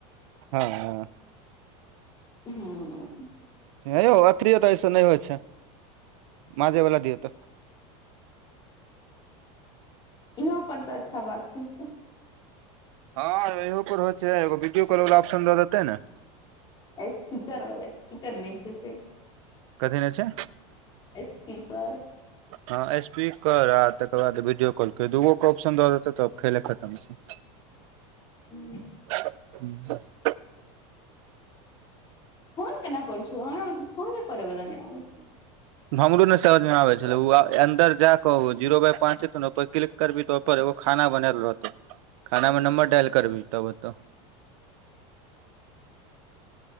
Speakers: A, on the right (about 80°); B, on the left (about 25°).
A: हँ हँ
B: हू
A: हे यौ अथरी तऽ अइ स नै होइ छै माँजेवला दियौ तऽ
B: इहो पर तऽ अच्छा बात छै
A: हँ इहो पर होइ छै एगो वीडियो कॉल वला ऑप्शन दऽ देते नऽ
B: स्पीकर वाला स्पीकर नै छैे से
A: कथी नहि छै
B: स्पीकर
A: हँ स्पीकर आ तकर बाद वीडियो कॉलके दऽ दुगोके ऑप्शन दऽ देतै तऽ खेले खतम छै <inaudible>
B: हू <unintelligible>
A: <unintelligible>
B: फोन केना करै छु हमरा फोने करै बला नहि आबै <inaudible>
A: हमरो ने समझ मे आबै छलै ओ अन्दर जााकऽ जीरो बाइ पाँच एतै ने ओइ पर क्लिक करबी तो ओपर एगो खाना बनैल रहतौ खाना मऽ नंबर डायल करबिही तब एतौ